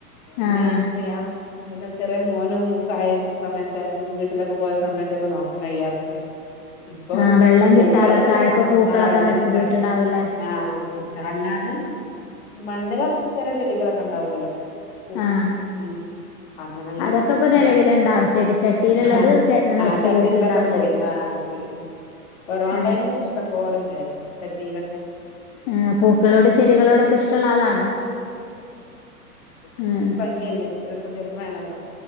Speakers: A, on the left; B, on the left.
A: പിന്നെ
B: ആഹ്
A: ഇൻക് ഞാം പിന്നെ ചെറിയ മോനും ക്കായി സമയത്തായപ്പം വീട്ടിലൊക്കെ പോയ സമയത്തൊക്കെ നോക്കാൻ കഴിയാറി <unintelligible> ഇപ്പം
B: ആഹ് വെള്ളം കിട്ടാതൊക്കെ
A: പൂക്കളൊന്നുല്ല
B: ആയപ്പോ
A: ആഹ്
B: പൂക്കളൊക്കെ
A: ആഹ് വെള്ളം
B: നശിച്ചു
A: കിട്ടാ
B: പോയിട്ടുണ്ടാവൂല്ലേ
A: ആഹ് പോയി. അല്ലാതെ മണ്ണിലൊറച്ച ചെലെ ചെടികളൊക്കെണ്ടാവൊല്ലോ പൂ
B: ആഹ്
A: ഉം അത് അങ്ങൻത്തെതൊക്കെണ്ട്
B: അതൊക്കെ ഇപ്പൊ നിലവിലുണ്ടാവും ചെടിച്ചട്ടിയിലുള്ളത്
A: ആഹ് ആഹ്
B: നശിച്ചു
A: ചട്ടീള്ളൊക്കെ
B: പോയിട്ടുണ്ടാവൂലേ
A: പോയി ആഹ് പോയി ആഹ് കൊറോണ
B: ആഹ്
A: ടൈമിലൊക്കിഷ്ടം പോലെ ണ്ടായിരുന്നു ചട്ടീലൊക്കെ.
B: ആഹ് പൂക്കളോട് ചെടികളോടൊക്കിഷ്ടള്ളാളാണോ? ഉം ഉം
A: ഗ്യല്ലേ ഒരു കുളിർമ്മേണല്ലോ